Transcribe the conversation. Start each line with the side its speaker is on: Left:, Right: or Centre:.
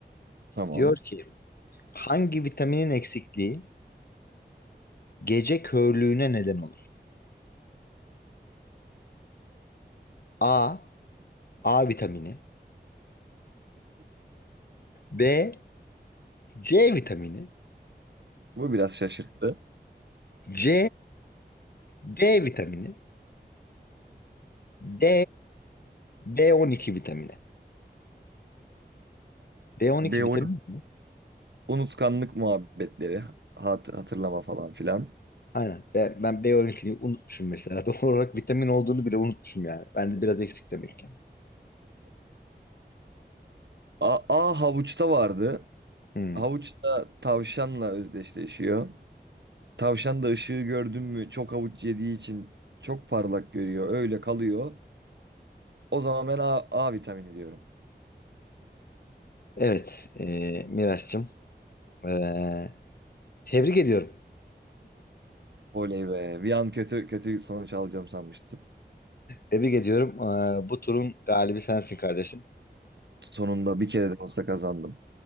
Right: Tamam.
Left: Diyor ki hangi vitaminin eksikliği gece körlüğüne neden olur? A. A vitamini B. C vitamini
Right: Bu biraz şaşırttı.
Left: C. D vitamini D. B12 vitamini. B12
Right: B12.
Left: vitamini mi?
Right: Unutkanlık muhabbetleri. Hat hatırlama falan filan.
Left: Aynen. Ben, ben B12'yi unutmuşum mesela. <laughs> Doğal olarak vitamin olduğunu bile unutmuşum yani. Bende biraz eksik demek ki.
Right: A, A havuçta vardı.
Left: Hmm.
Right: Havuç da tavşanla özdeşleşiyor. Tavşan da ışığı gördün mü çok havuç yediği için çok parlak görüyor. Öyle kalıyor. O zaman ben A, A vitamini diyorum.
Left: Evet, e, Miraç'cığım. e, tebrik ediyorum.
Right: Oley be. Bir an kötü kötü sonuç alacağım sanmıştım.
Left: Tebrik ediyorum. E, bu turun galibi sensin kardeşim.
Right: Sonunda bir kere de olsa kazandım.